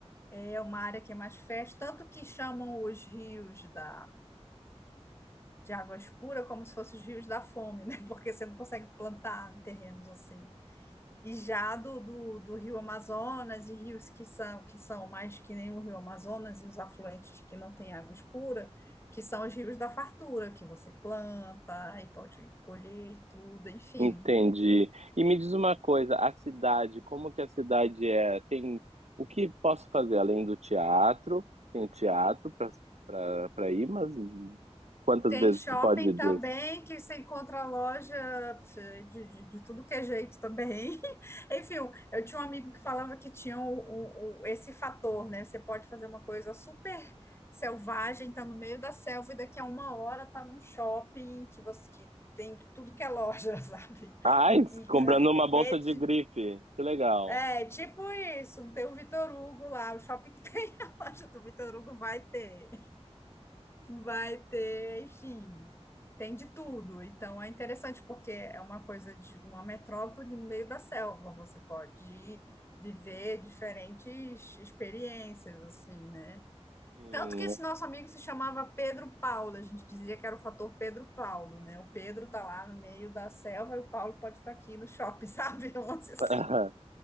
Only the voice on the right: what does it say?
entendi. E me diz uma coisa, a cidade, como que a cidade é? Tem o que posso fazer além do teatro? Tem teatro para para para ir, mas quantas
vezes
tu pode ir duas?
Ai,
comprando
uma bolsa de grife. Que legal.
Sim.
<laughs>